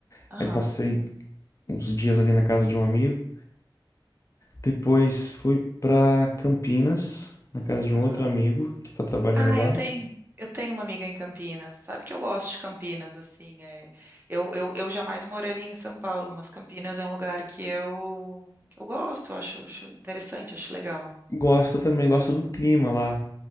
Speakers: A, on the right; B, on the left.
A: Aham,
B: Aí passei uns dias ali na casa de um amigo. Depois fui pra Campinas, na casa de
A: aham.
B: um outro amigo que tá trabalhando
A: Ah,
B: lá.
A: eu tenho, eu tenho uma amiga em Campinas. Sabe que eu gosto de Campinas, assim, é. Eu, eu, eu jamais moraria em São Paulo, mas Campinas é um lugar que eu que eu gosto, eu acho, acho interessante, acho legal.
B: Gosto também, gosto do clima lá.